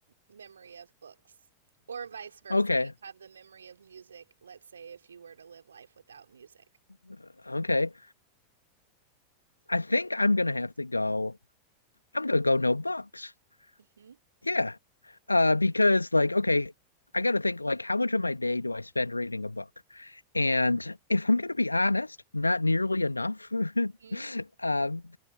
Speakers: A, on the right (about 70°); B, on the left (about 80°).
A: memory of books, or Mm. vice versa.
B: Okay.
A: You have the memory of music, let's say if you were to live life without music.
B: uh, Okay. I think I'm gonna have to go. I'm gonna go no books.
A: hmm
B: Yeah. Uh, because like, okay, I gotta think like how much of my day do I spend reading a book? And if I'm gonna be honest, not nearly enough. <laughs>
A: hmm
B: Um,